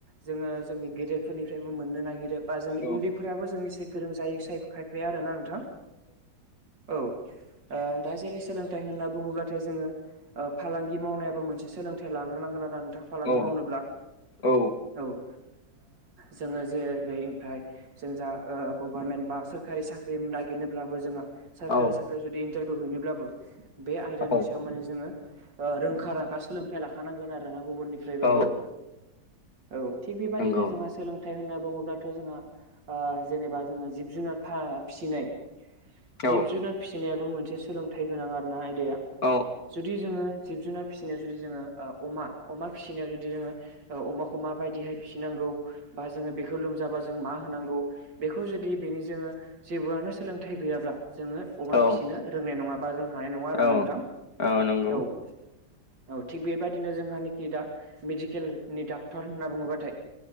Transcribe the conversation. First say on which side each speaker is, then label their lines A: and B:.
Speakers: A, on the right; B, on the left.
A: जोङो जोंनि गेदेरफोरनिफ्रायबो मोननो नागिरो बा जोंनि
B: औ
A: उन्दैफोराबो जों गोरों जायो खायफाया आरोना नोंथां औ दा जेरै सोलोंथाइ होनना बुङोबाथाय जोङो फालांगि मावनायाबो मोनसे सोलोंथाइ लाग्रोनांगोन फालांगि
B: औ
A: मावनोब्ला
B: औ
A: औ ओ जोङो जै ओमफ्राय जों जा ओ गभारनमेन्ट बा सोरखारि साख्रि नागिरनोब्लाबो जोंहा सारकारि
B: औ
A: साख्रियाव जुदि इन्टारभिउ हैनोब्लाबो बे आयदानि
B: औ
A: सायाव माने जोङो रोंखा राखा सोलोंथाइ लाखानांगोन आरोना गुबुननिफ्रायबाबो
B: औ
A: औ थिग बेबायदिनो
B: नंगौ
A: जोंहा सोलों थाय होनना बुङोब्लाथ' जोंहा जेनेबा जोङो जिब जुनार फिसिनाय
B: औ
A: जिब जुनार फिसिनायाबो मोनसे सोलोंथाइ गोनां आरोना आयदाया
B: औ
A: जुदि जोङो जिब जुनार फिसिनायाव जुदि जोङो ओ अमा अमा फिसिनायाव जुदि जोङो अमाखौ माबायदिहाय फिसिनांगौ बा जोङो बेखौ लोमजाबा जों मा होनांगौ बेखौ जुदि बेनि जोङो जेबोआनो सोलों थाइ गैयाब्ला जोङो अमा
B: औ
A: फिसिनो रोंनाय नङा बा जों हानाय नङा आरोना
B: औ
A: नोंथां
B: औ नंगौ
A: औ औ थिग बेबायदिनो जोंहानिखि दा मेडिकेलनि डाक्टर होनना बुङोबाथाय